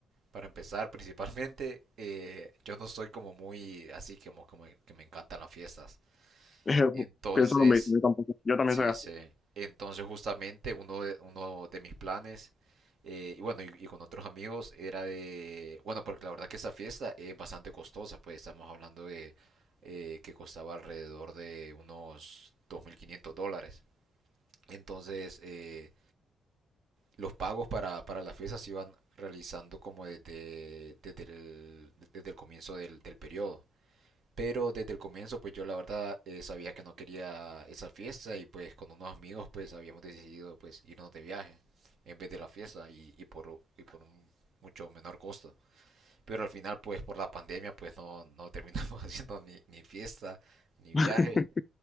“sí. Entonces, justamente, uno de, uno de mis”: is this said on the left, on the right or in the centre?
Right